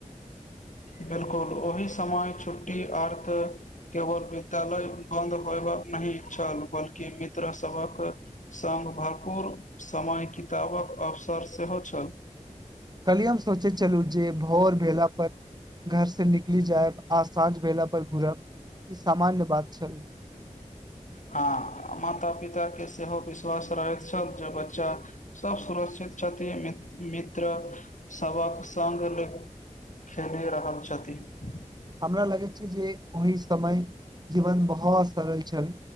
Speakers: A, on the left; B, on the right.
A: बिल्कुल ओहि समय छुट्टी अर्थ केवल विद्यालय बन्द होयबाक नहि छल बल्कि मित्रसभक सङ्ग भरपूर समय किताबक अवसर सेहो छल
B: कलियै हम सोचे छलु जे भोर भेला पर घर से निकलि जायब आ साँझ भेला पर घूरब ई सामान्य बात छल
A: हँ माता पिताके सेहो विश्वास रहैत छल जे बच्चा सभ सुरक्षित छथिन मित्र सभक सङ्ग खेले रहल छथिन
B: हमरा लगैत छै जे ओहि समय जीवन बहुत सरल छल